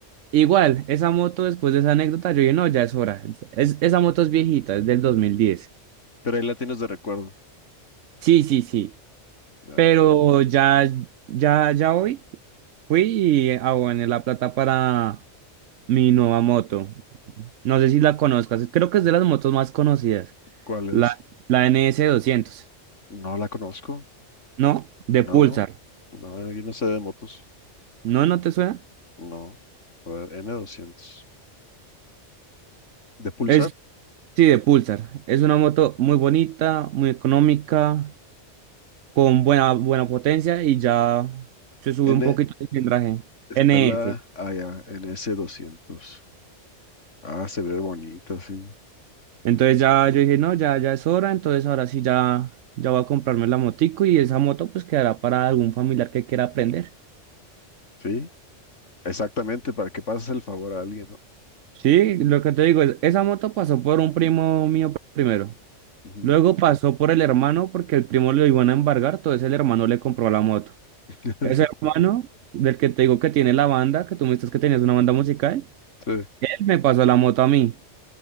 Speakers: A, on the right; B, on the left.
A: igual, esa moto después de esa anécdota, yo dije, no, ya es hora. Es, esa moto es viejita, es del 2010.
B: Pero ahí la tienes de recuerdo.
A: Sí, sí, sí.
B: Ya.
A: Pero ya, ya, ya hoy fui y aboné la plata para mi nueva moto. No sé si la conozcas, creo que es de las motos más conocidas.
B: ¿Cuál
A: La,
B: es?
A: la N S doscientos
B: No la conozco.
A: ¿no? De
B: No,
A: Pulsar.
B: no, yo no sé de motos.
A: ¿No, no te suena?
B: No. A ver, N200. de Pulsar.
A: Es, sí, de Pulsar. Es una moto muy bonita, muy económica, con buena, buena potencia y ya se sube
B: N
A: un poquito el cilindraje.
B: está
A: N
B: la
A: S
B: ah, ya, n s doscientos Ah, se ve bonita, sí.
A: Entonces ya yo dije, no, ya, ya es hora, entonces ahora sí ya, ya voy a comprarme la motico y esa moto pues quedará para algún familiar que quiera aprender.
B: Sí, exactamente, para que pases el favor a alguien, ¿no?
A: Sí, lo que te digo es, esa moto pasó por un primo mío primero.
B: Ujú.
A: Luego pasó por el hermano porque el primo lo iban a embargar, entonces el hermano le compró la moto.
B: <laughs>
A: Ese hermano, del que te digo que tiene la banda, que tú me dices que tenías una banda musical,
B: Sí,
A: él me pasó la moto a mí.